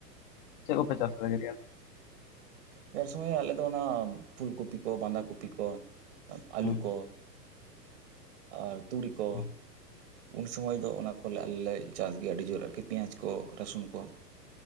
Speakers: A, on the left; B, on the right.
A: ᱪᱮᱫ ᱠᱚᱯᱮ ᱪᱟᱥ ᱵᱟᱲᱟᱭᱼᱟ
B: ᱨᱮᱭᱟᱲ ᱥᱚᱢᱚᱭ ᱟᱞᱮ ᱫᱚ ᱚᱱᱟ ᱯᱷᱩᱞ ᱠᱚᱯᱤ ᱠᱚ ᱵᱟᱸᱫᱷᱟ ᱠᱚᱯᱤ ᱠᱚ ᱟᱹᱞᱩ
A: ᱦᱩᱸ
B: ᱠᱚ ᱟᱨ ᱛᱩᱲᱤ ᱠᱚ
A: ᱦᱩᱸ
B: ᱩᱱ ᱥᱚᱢᱚᱭ ᱫᱚ ᱚᱱᱟ ᱠᱚᱞᱮ ᱟᱞᱮᱞᱮ ᱪᱟᱥ ᱜᱮᱭᱟ ᱟᱹᱰᱤ ᱡᱳᱨ ᱟᱨᱠᱤ ᱯᱮᱸᱭᱟᱡᱽ ᱠᱚ ᱨᱟᱹᱥᱩᱱ ᱠᱚ